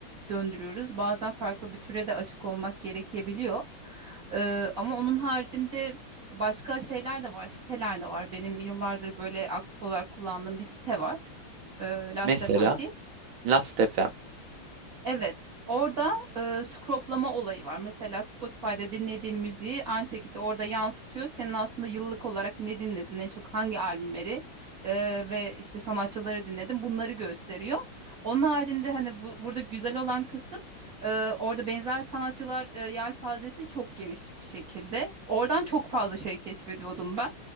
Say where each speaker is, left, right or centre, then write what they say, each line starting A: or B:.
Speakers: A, on the right (about 45°); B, on the right (about 70°).
A: döndürüyoruz. Bazen farklı bir türe de açık olmak gerekebiliyor. E, ama onun haricinde başka şeyler de var, siteler de var. Benim yıllardır böyle aktif olarak kullandığım bir site var. E, Last.fm
B: Mesela
A: diye.
B: Last FM.
A: Evet, orada e, scroplama olayı var. Mesela Spotify'da dinlediğin müziği aynı şekilde orada yansıtıyor. Senin aslında yıllık olarak ne dinledin, en çok hangi albümleri e, ve işte sanatçıları dinledin bunları gösteriyor. Onun haricinde hani bu, burada güzel olan kısım e, orada benzer sanatçılar e, yelpazesi çok geniş bir şekilde. Oradan çok fazla şey keşfediyordum ben.